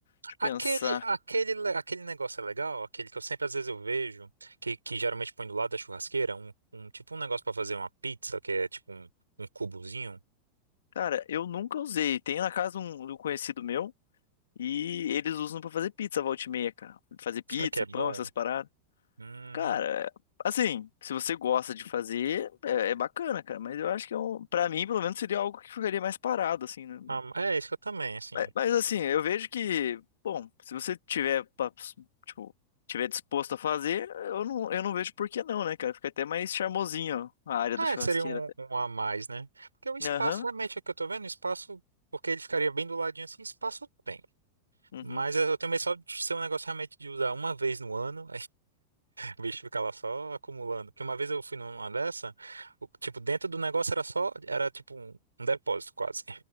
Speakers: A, on the left; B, on the right.
A: Deixa eu pensar.
B: Aquele, aquele, le- aquele negócio é legal, aquele que eu sempre às vezes eu vejo, que, que geralmente põe do lado da churrasqueira, um, um tipo um negócio para fazer uma pizza, que é tipo um, um cubozinho.
A: Cara, eu nunca usei. Tem na casa um, de um conhecido meu e eles usam pra fazer pizza volta e meia, cara. Fazer pizza,
B: Será que é bom?
A: pão, essas paradas.
B: Hum,
A: Cara, assim, se você gosta de fazer, é, é bacana, cara. Mas eu acho que é um, pra mim, pelo menos, seria algo que ficaria mais parado, assim, né?
B: ah, é isso que eu também, assim.
A: Mas, mas, assim, eu vejo que, bom, se você tiver, pa- tipo, tiver disposto a fazer, eu não, eu não vejo por que não, né, cara? Fica até mais charmosinho, ó, a área
B: É,
A: da churrasqueira.
B: que seria um,
A: até.
B: um a mais, né? Porque o espaço,
A: Aham,
B: realmente, é o que eu tô vendo, o espaço, porque ele ficaria bem do ladinho assim, espaço tem.
A: uhum,
B: Mas eu tenho medo só de ser um negócio realmente de usar uma vez no ano, O bicho fica lá só acumulando. Porque uma vez eu fui numa dessa, o- tipo, dentro do negócio era só, era tipo um, um depósito quase.